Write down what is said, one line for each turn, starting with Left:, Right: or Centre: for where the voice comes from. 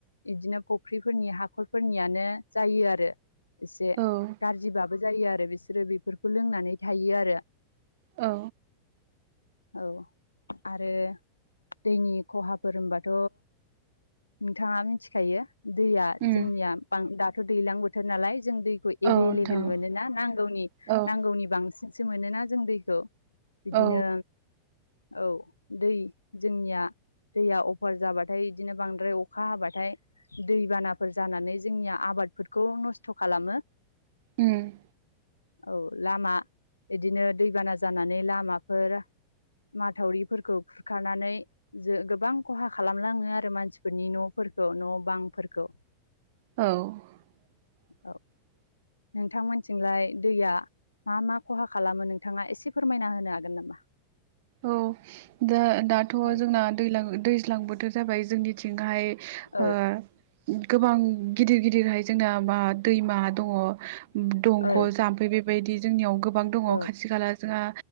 Left: इदिनो फुख्रिफोरनि हाखरफोरनियानो जायो आरो एसे
Right: औ
Left: गाज्रिबाब जायोआरो बिसोरो बेफोरखौ लोंनानै थायोआरो।
Right: औ
Left: औ आरो दैनि खहाफोर होनबाथ नोंथाङा मिथिखायो दैया
Right: उम
Left: जोंनिया बां दाथ दैलां बोथोर नालाय जों दै।
Right: औ नोंथां
Left: एभेलेबेल मोनोना नांगौनि
Right: औ
Left: नांगौनि बांसिनसो मोनोना जों दैखौ। बिदिनो
Right: औ
Left: औ दै जोंनिया। दैया अफार जाबाथाय बिदिनो बांद्राय अखा हाबाथाय दै बाना। फोर जानानै जोंनिया आबादफोरखौ नस्थ' खालामो।
Right: उम!
Left: औ लामा बिदिनो दैबाना जानानै लामाफोर माथावरिफोरखौ खुरखानानै जो गोबां खहा खालामलाङो आरो मानसिफोरनि न'फोरखौ न' बांफोरखौ
Right: औ- <inaudible>
Left: औ नोंथांमोनथिंलाय दैया मा मा खहा खालामो नोंथाङा एसे फोरमायना होनो हागोन नामा?
Right: औ द दाथ'
Left: औ
Right: जोंना दैलां दैज्लां बोथोर जाबाय जोंनिथिंहाय
Left: औ
Right: ओ गोबां गिदिर गिदिरहाय जोंना मा दैमा दङ दंग'
Left: औ
Right: जाम्फै बेबायदि जोंनियाव गोबां दङ
Left: औ
Right: खाथि खाला जोंहा